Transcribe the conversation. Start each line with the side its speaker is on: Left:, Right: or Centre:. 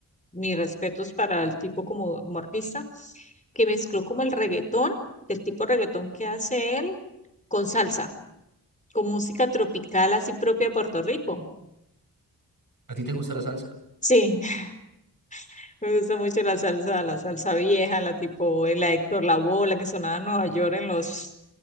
Left: mis respetos para el tipo como, como artista que mezcló como el reggaetón, del tipo reggaetón que hace él, con salsa, con música tropical así propia de Puerto Rico.
Right: ¿A ti te gusta la salsa?
Left: Sí, <laughs> me gusta mucho la salsa, la salsa vieja, la tipo, eh, la de Héctor Lavoe, la que sonaba en Nueva York en los,